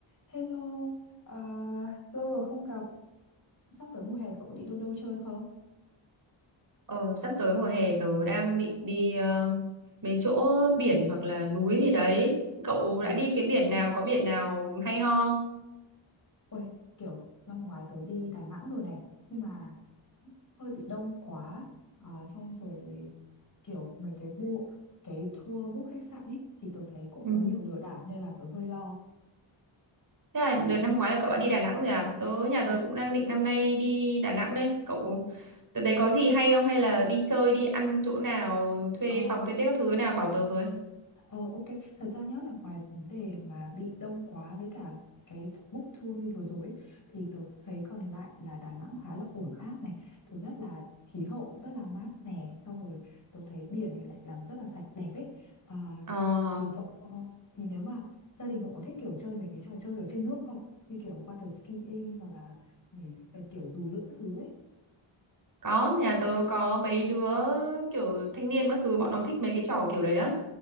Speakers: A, on the left (about 40°); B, on the right (about 40°).
A: Hello, à, lâu rồi không gặp, sắp tới mùa hè cậu đi đâu đâu chơi không?
B: Ờ, sắp tới mùa hè tớ đang định đi ờ, mấy chỗ biển hoặc là núi gì đấy. Cậu
A: Ừ.
B: đã đi cái biển nào, có biển nào hay ho? không?
A: Ôi, kiểu năm ngoái tớ đi Đà Nẵng rồi này, nhưng mà hơi bị đông quá, à, xong rồi kiểu mấy cái bộ, cái tour book khách sạn ấy thì tớ thấy cũng
B: Ừ.
A: có nhiều lừa đảo nên là tớ hơi lo.
B: Thế là đợt năm ngoái là cậu đã đi Đà Nẵng rồi à? Tớ
A: Ừ.
B: nhà tớ cũng đang định năm nay đi Đà Nẵng đây. Cậu đợt đấy có gì hay không hay là đi chơi đi ăn chỗ nào, thuê
A: Ờ,
B: phòng thuê biết các thứ nào bảo tớ với.
A: Ờ ok, thật ra nhớ là ngoài vấn đề mà bị đông quá với cả cái book tour như vừa rồi ấy, thì tớ thấy còn lại là Đà Nẵng khá là ổn áp này. Thứ nhất là khí hậu rất là mát mẻ, xong rồi tớ thấy biển thì lại làm rất là sạch đẹp ấy. Ờ,
B: Ờ,
A: thì cậu ờ, thì nếu mà gia đình cậu có thích kiểu chơi mấy cái trò chơi ở trên nước không? Như kiểu water skiing hoặc là nhảy- kiểu dù lượn các thứ ấy.
B: có, nhà tớ có mấy đứa kiểu thanh niên các thứ bọn nó thích mấy cái trò kiểu đấy lắm.